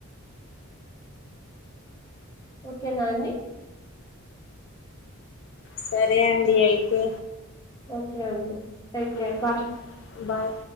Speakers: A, on the left (about 15°); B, on the left (about 55°).
A: ఓకేనా అండి
B: సరే అండి ఎయితే
A: ఓకే అండి take
B: um
A: care bye
B: bye